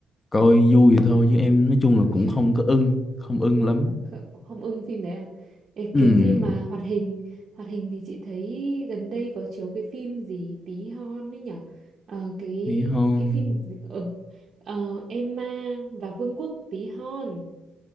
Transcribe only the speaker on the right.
có
gì
<laughs> Kh- Không ưng phim đấy à? Ê,
cái phim mà hoạt hình hoạt hình thì chị thấy gần đây có chiếu cái phim gì tí hon ấy nhở Ờ, cái
cái phim ở ờ, Emma và Vương quốc tí hon